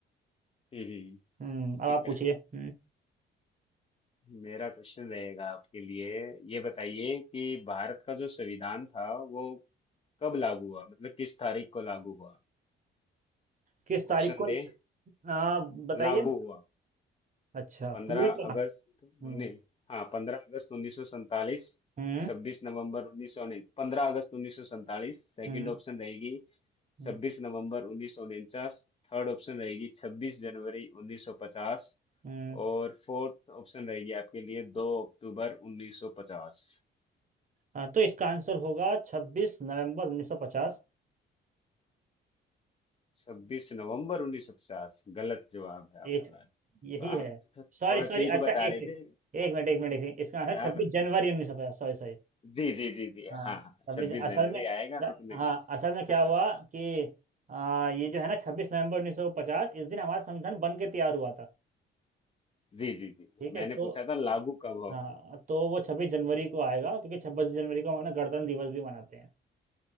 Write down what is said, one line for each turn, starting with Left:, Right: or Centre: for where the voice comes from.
Left: हम्म हम्म,
Right: हम्म अब
Left: ठीक
Right: आप
Left: है
Right: पूछिए हम्म
Left: मेरा क्वेश्चन रहेगा आपके लिए ये बताइए कि भारत का जो संविधान था वो कब लागू हुआ मतलब किस तारीख को लागू हुआ
Right: किस तारीख
Left: ऑप्शन
Right: को
Left: दे
Right: आ, बताइए
Left: लागू हुआ
Right: अच्छा
Left: 15
Right: पूरी तरह
Left: अगस्त
Right: हम्म
Left: उन्नीस हाँ 15 अगस्त उन्नीस सौ सैंतालीस
Right: हम्म
Left: 26 नवंबर उन्नीस सौ उन्नीस, पंद्रह अगस्त उन्नीस सौ सैंतालीस सेकंड
Right: हम्म
Left: ऑप्शन रहेगी
Right: हम्म,
Left: छब्बीस नवंबर उन्नीस सौ उनचास थर्ड ऑप्शन रहेगी छब्बीस जनवरी उन्नीस सौ पचास
Right: हम्म।
Left: और फोर्थ ऑप्शन रहेगी आपके लिए दो अक्टूबर उन्नीस सौ पचास
Right: आ, तो इसका आंसर होगा छब्बीस नवंबर उन्नीस सौ पचास
Left: छब्बीस नवंबर उन्नीस सौ पचास गलत जवाब है
Right: एक
Left: आपका तो
Right: यही है
Left: आप थ-
Right: सॉरी
Left: थोड़ा
Right: सॉरी
Left: ठीक
Right: अच्छा
Left: बता
Right: एक
Left: रहे
Right: सेकंड
Left: थे
Right: एक मिनट एक मिनट एक मिनट इसका आंसर छब्बीस
Left: आप
Right: जनवरी उन्नीस सौ पचास सॉरी सॉरी
Left: जी जी जी जी
Right: हाँ
Left: हाँ हाँ
Right: छब्बीस
Left: छब्बीस
Right: असल
Left: जनवरी
Right: में
Left: आएगा आपने
Right: हाँ असल में क्या
Left: हाँ
Right: हुआ
Left: हाँ
Right: कि आ, ये जो है ना छब्बीस नवंबर उन्नीस सौ पचास इस दिन हमारा संविधान बन के तैयार हुआ था
Left: जी जी जी जी,
Right: ठीक
Left: मैंने
Right: है तो
Left: पूछा था लागू कब होगा
Right: हाँ तो वो छब्बीस जनवरी को आएगा क्योंकि छब्बीस जनवरी को हम ना गणतंत्र दिवस भी मनाते हैं